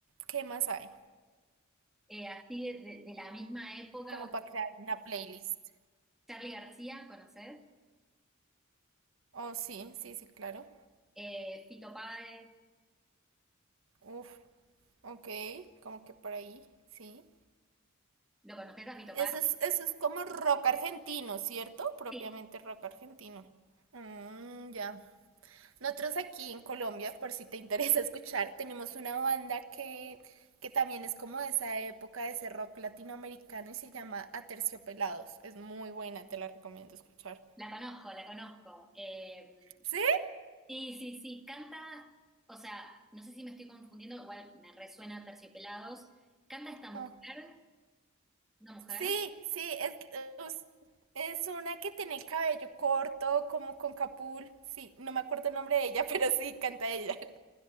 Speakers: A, on the right (about 75°); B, in the centre.
A: ¿Qué más hay?
B: eh, así de, de- de la misma época,
A: Como
B: bueno,
A: para crear una playlist.
B: Charly García, ¿conoces?
A: Oh, sí, sí, sí, claro.
B: Eh, Fito Páez,
A: Uf, ok, como que por ahí, sí.
B: ¿lo conoces a Fito
A: Eso
B: Páez?
A: es, eso es como rock argentino, ¿cierto? Propiamente
B: Sí,
A: rock argentino. Mm, ya. Nosotros aquí en Colombia, por si te <laughs> interesa escuchar, tenemos una banda que, que también es como de esa época, de ese rock latinoamericano y se llama Aterciopelados. Es muy buena, te la recomiendo escuchar.
B: la conozco, la conozco. Eh,
A: ¿Sí?
B: sí, sí, sí, canta, o sea, no sé si me estoy confundiendo, igual me resuena Terciopelados. Canta esta mujer,
A: Ah,
B: una mujer.
A: Sí, sí, es, es, es una que tiene el cabello corto, como con capul. Sí, no me acuerdo el nombre de ella, <laughs> pero sí, canta ella.